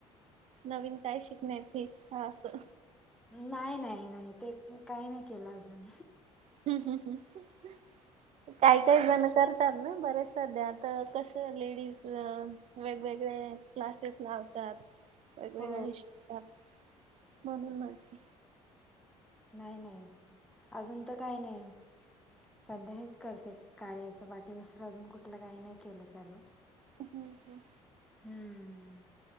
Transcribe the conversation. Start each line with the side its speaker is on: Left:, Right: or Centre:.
Right: नवीन काय शिकण्याची इच्छा अस.
Centre: नाही नाही नाही ते काही नाही केल अजून.
Right: <inaudible> काय काही जण करतात ना बरेच सध्या आता कस लेडीज वेगवेगळे क्लासेस लावतात. वेगवेगळे
Centre: हो.
Right: शिकतात म्हणून म्हंटल.
Centre: नाही नाही अजून तर काय नाही, सध्या हेच करते. कार्याच बाकी दुसर अजून कुठल काही नाही केल चालू.
Right: हम्म हम्म
Centre: हम्म